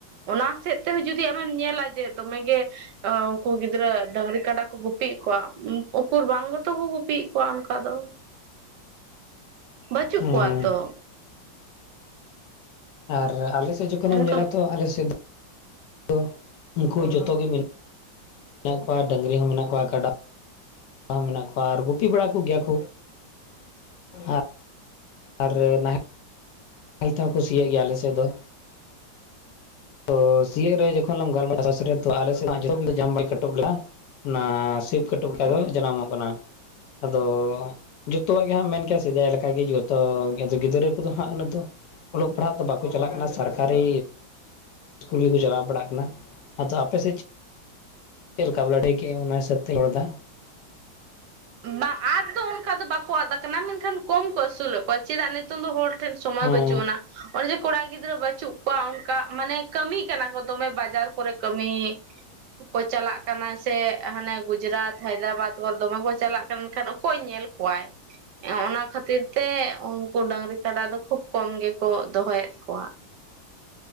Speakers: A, on the right; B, on the left.
A: ᱚᱱᱟ ᱥᱮᱫ ᱛᱮᱦᱚᱸ ᱡᱩᱫᱤ ᱟᱢᱮᱢ ᱧᱮᱞᱟ ᱡᱮ ᱫᱚᱢᱮᱜᱮ ᱩᱱᱠᱩ ᱜᱤᱫᱽᱨᱟᱹ ᱰᱟᱹᱝᱨᱤ ᱠᱟᱰᱟ ᱠᱚ ᱜᱩᱯᱤᱭᱮᱫ ᱠᱚᱣᱟ ᱩᱠᱩᱨ ᱵᱟᱝ ᱜᱮᱛᱚ ᱠᱚ ᱜᱩᱯᱤᱭᱮᱫ ᱠᱚᱣᱟ ᱚᱱᱠᱟ ᱫᱚ᱾ ᱵᱟᱪᱩᱜ
B: ᱦᱩᱸ
A: ᱠᱚᱣᱟ ᱛᱚ᱾
B: ᱟᱨ ᱟᱞᱮᱥᱮᱫ ᱡᱚᱠᱷᱚᱱ
A: ᱚᱱᱠᱟ
B: ᱮᱢ ᱧᱮᱞᱟ ᱛᱚ ᱟᱞᱮᱥᱮᱫ ᱫᱚ ᱩᱱᱠᱩ ᱡᱚᱛᱚ ᱜᱮ ᱢᱮᱱᱟᱜ ᱢᱮᱱᱟᱜ ᱠᱚᱣᱟ ᱰᱟᱹᱝᱨᱤ ᱦᱚᱸ ᱢᱮᱱᱟᱜ ᱠᱚᱣᱟ ᱠᱟᱰᱟ ᱠᱟ ᱦᱚᱸ ᱢᱮᱱᱟᱜ ᱠᱚᱣᱟ ᱟᱨ ᱜᱩᱯᱤ ᱵᱟᱲᱟ ᱠᱚᱜᱮᱭᱟ ᱠᱚ ᱟᱨ ᱟᱨ ᱱᱟᱦᱮᱞ ᱱᱟᱦᱮᱞ ᱛᱮᱦᱚᱸ ᱠᱩ ᱥᱤᱭᱮᱜ ᱜᱮᱭᱟ ᱟᱞᱮ ᱥᱮ ᱫᱚ ᱛᱚ ᱥᱤᱭᱳ ᱨᱮ ᱡᱚᱠᱷᱚᱱ ᱮᱢ ᱜᱟᱞᱢᱟᱨᱟ ᱪᱟᱥ ᱟᱞᱮᱥᱮᱫ ᱢᱟ ᱡᱚᱛ ᱡᱟᱢ ᱵᱟᱭ ᱠᱟᱴᱚᱵ ᱞᱮᱠᱟ ᱚᱱᱟ ᱥᱤᱵ ᱠᱟᱹᱴᱩᱵ ᱞᱮᱠᱟ ᱫᱚ ᱡᱟᱱᱟᱢᱚᱜ ᱠᱟᱱᱟ ᱟᱫᱚ ᱡᱚᱛᱚᱣᱟᱜ ᱜᱮ ᱦᱟᱸᱜ ᱢᱮᱱ ᱠᱮᱭᱟ ᱥᱮᱫᱟᱭ ᱞᱮᱠᱟᱜᱮ ᱡᱚᱛᱚ ᱜᱤᱫᱽᱨᱟᱹ ᱠᱚᱫᱚ ᱦᱟᱸᱜ ᱚᱱᱟᱜ ᱫᱚ ᱚᱞᱚᱜ ᱯᱟᱲᱦᱟᱜ ᱫᱚ ᱵᱟᱠᱚ ᱪᱟᱞᱟᱜ ᱠᱟᱱᱟ ᱥᱟᱨᱠᱟᱨᱤ ᱤᱥᱠᱩᱞ ᱜᱮᱠᱚ ᱪᱟᱞᱟᱣ ᱵᱟᱲᱟᱜ ᱠᱟᱱᱟ ᱟᱫᱚ ᱟᱯᱮ ᱥᱮᱫ ᱪᱮᱫ ᱞᱮᱠᱟ ᱵᱚᱞᱮ ᱦᱤᱥᱟ. ᱵ ᱛᱤᱧ ᱨᱚᱲ ᱫᱟ
A: ᱵᱟᱝ ᱟᱫ ᱫᱚ ᱚᱱᱠᱟ ᱫᱚ ᱵᱟᱠᱚ ᱟᱫ ᱟᱠᱟᱱᱟ ᱢᱮᱱᱠᱷᱟᱱ ᱠᱚᱢ ᱟᱥᱩᱞ ᱠᱚ ᱪᱮᱫᱟᱜ ᱱᱤᱛᱩᱝ ᱫᱚ ᱦᱚᱲ ᱴᱷᱮᱱ ᱥᱚᱢᱚᱭ
B: ᱦᱮᱸ
A: ᱵᱟᱪᱩᱜ ᱟᱱᱟ ᱚᱱᱮ ᱡᱮ ᱠᱚᱲᱟ ᱜᱤᱫᱽᱨᱟᱹ ᱵᱟᱹᱪᱩᱜ ᱠᱚᱣᱟ ᱚᱱᱠᱟ ᱢᱟᱱᱮ ᱠᱟᱹᱢᱤ ᱠᱟᱱᱟ ᱠᱚ ᱫᱚᱢᱮ ᱵᱟᱡᱟᱨ ᱠᱚᱨᱮ ᱠᱟᱹᱢᱤ ᱠᱚ ᱪᱟᱞᱟᱜ ᱠᱟᱱᱟ ᱥᱮ ᱦᱟᱱᱮ ᱜᱩᱡᱽᱨᱟᱴ ᱦᱟᱭᱫᱨᱟᱵᱟᱫᱽ ᱫᱚᱢᱮ ᱠᱚ ᱪᱟᱞᱟᱜ ᱠᱟᱱᱠᱷᱟᱱ ᱚᱠᱚᱭ ᱧᱮᱞ ᱠᱚᱣᱟᱭ ᱚᱱᱟ ᱠᱷᱟᱹᱛᱤᱨ ᱛᱮ ᱩᱱᱠᱩ ᱰᱟᱹᱝᱨᱤ ᱠᱟᱰᱟ ᱫᱚ ᱠᱷᱩᱵ ᱠᱚᱢ ᱜᱮᱠᱚ ᱫᱚᱦᱚᱭᱮᱫ ᱠᱚᱣᱟ